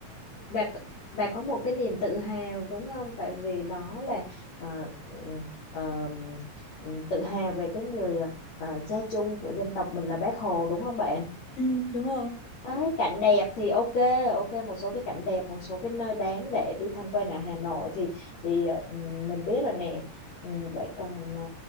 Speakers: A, on the left (about 60°); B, on the left (about 40°).
A: bà c- bà có một cái niềm tự hào đúng không tại vì đó là ờ, ừ, ờ, tự hào về cái người ờ, ờ, cha chung của dân tộc mình là Bác Hồ đúng không bạn
B: ừ, đúng rồi
A: Đấy, cảnh đẹp thì ok ok một số cái cảnh đẹp một số cái nơi đáng để đi tham quan ở Hà Nội thì thì ờ, ừ, mình biết rồi nè ừ, vậy còn ờ,